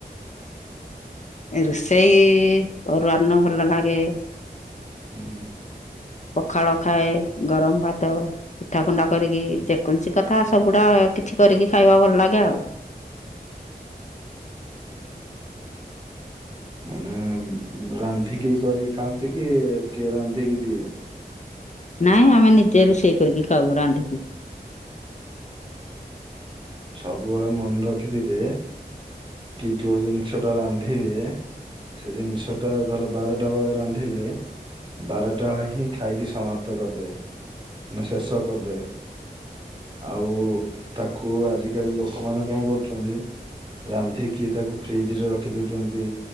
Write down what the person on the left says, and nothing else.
ରୋଷେଇ ଅରୁଆ ଅନ୍ନ ଭଲ ଲାଗେ।
ପଖାଳ ଖାଏ, ଗରମ ଭାତ। ପିଠା କୁଣ୍ଡା କରିକି, ଯେକୌଣସି କଥା ସବୁଡା କିଛି କରିକି ଖାଇବାକୁ ଭଲ ଲାଗେ ଆଉ।
ନାଇଁ ଆମେ ନିଜେ ରୋଷେଇ କରିକି ଖାଉ ରାନ୍ଧିକି।